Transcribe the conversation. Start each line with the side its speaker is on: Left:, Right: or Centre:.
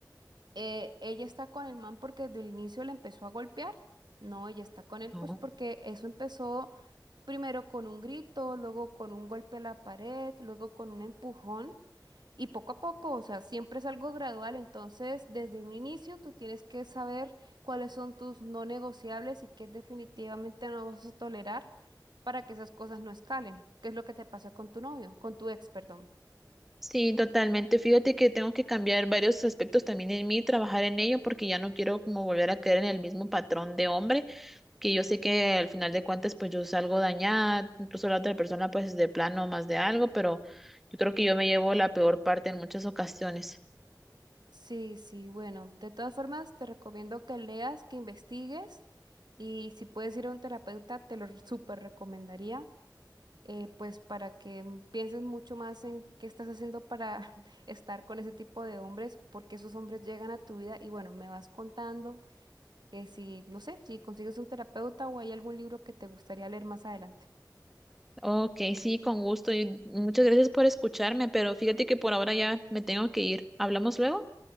Right: eh, ella está con el man porque desde el inicio le empezó a golpear. No, ella está con él
Centre: No.
Right: pues porque eso empezó primero con un grito, luego con un golpe a la pared, luego con un empujón y poco a poco, o sea, siempre es algo gradual. Entonces, desde un inicio tú tienes que saber cuáles son tus no negociables y qué definitivamente no vas a tolerar para que esas cosas no escalen. ¿Qué es lo que te pasa con tu novio, con tu ex, perdón?
Centre: Sí, totalmente. Fíjate que tengo que cambiar varios aspectos también en mí, trabajar en ello, porque ya no quiero como volver a caer en el mismo patrón de hombre, que yo sé que al final de cuentas pues yo salgo dañada, incluso la otra persona pues de plano más de algo, pero yo creo que yo me llevo la peor parte en muchas ocasiones.
Right: Sí, sí, bueno, de todas formas te recomiendo que leas, que investigues y si puedes ir a un terapeuta te lo re- súper recomendaría, eh, pues para que mm, pienses mucho más en qué estás haciendo para <laughs> estar con ese tipo de hombres, porque esos hombres llegan a tu vida y bueno, me vas contando que si, no sé, si consigues un terapeuta o hay algún libro que te gustaría leer más adelante.
Centre: Ok, sí, con gusto y muchas gracias por escucharme, pero fíjate que por ahora ya me tengo que ir. ¿Hablamos luego?